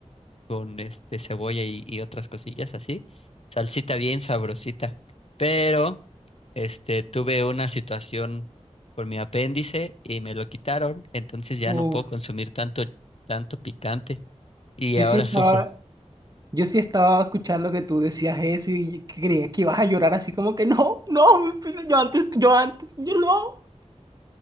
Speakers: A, on the left (about 55°); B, on the right (about 30°).
A: con este cebolla y, y otras cosillas así. Salsita bien sabrosita. Pero este tuve una situación con mi apéndice y me lo quitaron, entonces ya
B: Uh,
A: no puedo consumir tanto tanto picante y
B: yo
A: ahora
B: sí estaba,
A: <laughs> sufro.
B: yo sí estaba escuchando que tú decías eso y creía que ibas a llorar así como que no, no, mi pila, yo antes, yo antes, yo no.